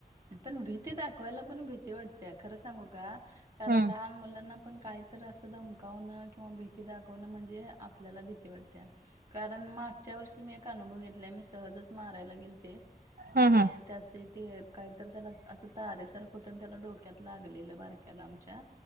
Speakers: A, on the right (about 20°); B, on the right (about 60°).
A: पण भीती दाखवायला पण भीती वाटत्या, खरं सांगू का कारण
B: हम्म
A: लहान मुलांना पण काही तर असं धमकावणं किंवा भीती दाखवणं म्हणजे, आपल्याला भीती वाटत्या. कारण मागच्या वर्षी मी एक अनुभव घेतलाय, मी सहजच मारायला गेलते
B: हम्म
A: आणि
B: हम्म
A: त्याचे ते काहीतर त्याला, असं तारेसारखं होतं आणि त्याला डोक्यात लागलेलं बारक्याला आमच्या.